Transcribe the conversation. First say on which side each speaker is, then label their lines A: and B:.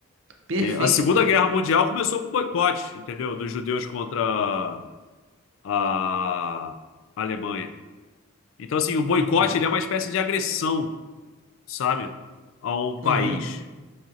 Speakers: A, on the right (about 65°); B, on the left (about 65°).
A: Perfeitamente.
B: E a Segunda Guerra Mundial começou com boicote, entendeu? Dos judeus contra a a Alemanha. Então, assim, o boicote,
A: Entendo.
B: ele é uma espécie de agressão sabe? Ao país.
A: Uhum.